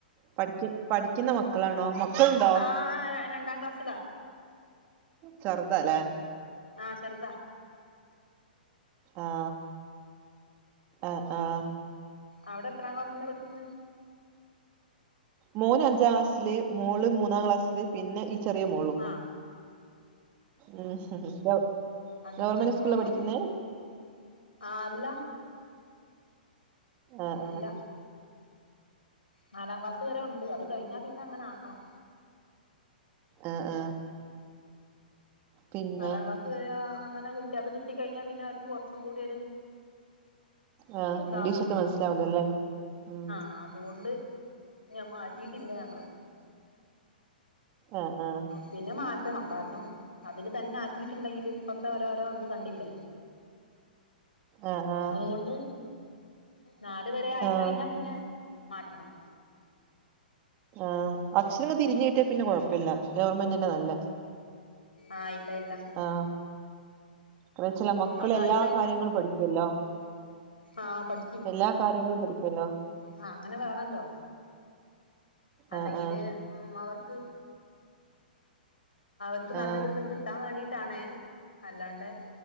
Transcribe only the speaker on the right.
പഠിക്ക പഠിക്കുന്ന മക്കളാണോ മക്കളുണ്ടോ
ചെറുതാല്ലേ
ആ ആഹ് ആഹ്
മോന് അഞ്ചാം ക്ലാസ്സില്, മോള് മൂന്നാം ക്ലാസ്സില്, പിന്നെ ഈ ചെറിയ മോളും
ഉം ഗവ
ഗവർമെന്റ് സ്കൂളില
പഠിക്ക്ന്നെ
ആഹാ ആഹാ
ആഹ് ആഹ് പിന്നെ
ആ
ഇംഗ്ലീഷൊക്കെ മനസ്സിലാവൂലല്ലേ ഉം
ആഹ് ആഹ്
ആഹ് ആഹ്
ആഹ്
ആഹ് അക്ഷരങ്ങള് തിരിഞ് കിട്ടിയ പിന്നെ കൊഴപ്പല്ല ഗവർമെന്റ്ന്നെ പ്പ നല്ല
ആഹ് അഹ് ചില മക്കളെല്ലാ
കാര്യങ്ങളും പഠിക്കല്ലൊ?
ല്ലാ കാര്യങ്ങളും പഠിക്കല്ലൊ
ആഹ് ആഹ്
ആഹ്